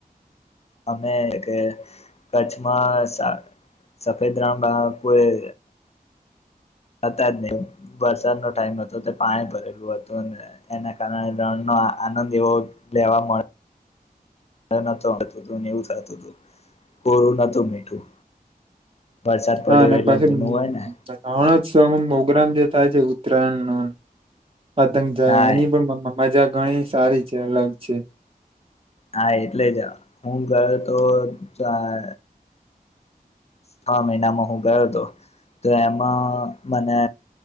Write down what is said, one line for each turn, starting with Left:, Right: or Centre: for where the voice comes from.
Left: અમે કે કચ્છમાં સફેદ રણ મા કોઈ હતા જ નહીં. વરસાદનો ટાઈમ હતો તે પાણી ભરેલું હતું. અને એના કારણે રણનો આનંદ એવો લેવા મળ મળ્યો નતો તોને એવું થાતું તું કોરું નતું મીઠું વરસાદ
Right: હા
Left: પડ્યો
Right: અને
Left: એટલે
Right: પછી
Left: ભીનું
Right: રણોત્સવમાં
Left: હોય ને
Right: પ્રોગ્રામ જે થાય છે ઉત્તરાયણનો ન પતંગ
Left: હા
Right: <unintelligible> એની પણ <unintelligible> મજા ઘણી સારી છે, અલગ છે.
Left: હા એટલે જ હું ગયો તો ચાર છ મહિનામાં હું ગયો તો. તો એમાં મને